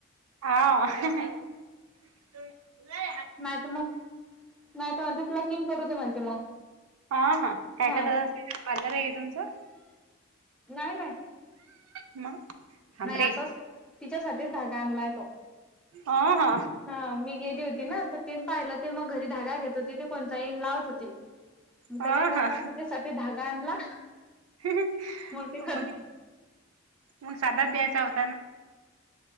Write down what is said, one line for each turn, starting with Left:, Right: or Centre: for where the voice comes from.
Right: हाव. <unintelligible>
Centre: नाही तर मग, नाही तर म्हणते प्लकिंग करू दे म्हणते मग.
Right: हां हां काय
Centre: हा
Right: करत असता, पार्लर आहे का तुमचं?
Centre: नाही नाही.
Right: मग. थांबरे
Centre: नाही असाच तिच्यासाठीच धागा आणलाय तो.
Right: आं हा.
Centre: हा मी गेली होती ना, तर ते पाहिलं ते मग घरी धागा घेत होती, ते कोणचा ईन लावत होतीत. मग
Right: हा
Centre: त्याच्या
Right: हा
Centre: <unintelligible> तिच्यासाठी धागा आणला.
Right: <unintelligible>
Centre: ते
Right: मग
Centre: करते
Right: मग साधाच द्यायचा होत